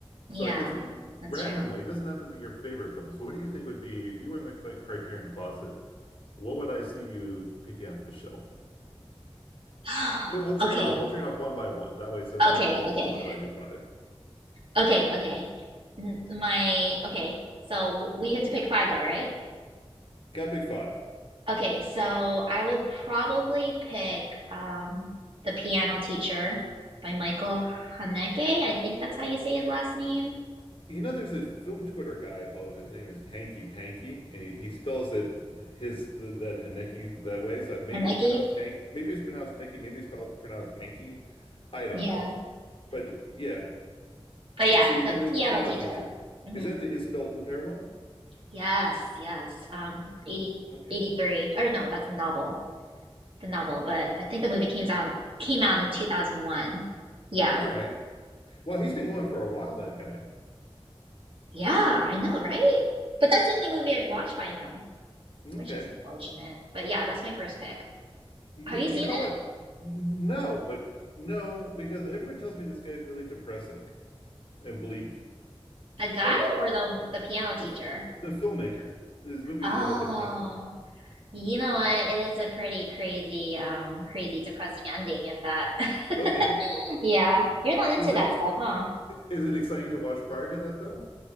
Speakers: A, on the right; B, on the left.
A: Yeah,
B: So I guess w-
A: that's
B: randomly,
A: true. <gasps>
B: it doesn't have to be your favorite films. What do you think would be if you were in the cli- Criterion closet? What would I see you picking off the shelf?
A: <sighs>
B: We'll, we'll trade
A: Okay,
B: off. We'll trade off one by one. That way, so it's
A: Okay,
B: not going to be you
A: okay,
B: do five, I do five.
A: okay, okay. N- My okay. So w- we had to pick five though, right?
B: Got to pick five.
A: Okay, so I would probably pick um The Piano Teacher by Michael Haneke. I think that's how you say his last name.
B: You know, there's this film Twitter guy I follow. His name is Hanky Panky, and he, he spells it his the, that Haneki that way. So maybe
A: Haneke?
B: it's pronounced Hank, maybe it's pronounced Haneki, maybe it's spelled- pronounced Hanky. I don't
A: Yeah.
B: know, but yeah.
A: But
B: Well,
A: yeah,
B: so you're
A: The
B: gonna
A: Piano
B: piano
A: Teacher.
B: teacher.
A: hmm
B: Is that the Isabel Huppert one?
A: Yes, yes. Um 80,
B: Okay,
A: 83. Or no, that's the novel. The novel, but I think the movie came down. came out in 2001. Yeah.
B: all right. Well, he's been going for a while. That guy.
A: Yeah, I know, right? But that's the only movie I've watched by him,
B: Okay.
A: which is unfortunate. But yeah, that's my first pick.
B: Y you
A: Have you seen
B: know
A: it?
B: what? N- No, but no, because everyone tells me this guy's really depressing and bleak.
A: The guy
B: But uh,
A: or the the piano teacher?
B: The, the filmmaker. His movies
A: Oh,
B: are all depressing.
A: you know what? It is a pretty crazy, um, crazy, depressing ending if that. <laughs>
B: Okay.
A: Yeah, you're not into
B: Was
A: that
B: it
A: stuff, huh?
B: is it exciting to watch prior to that though?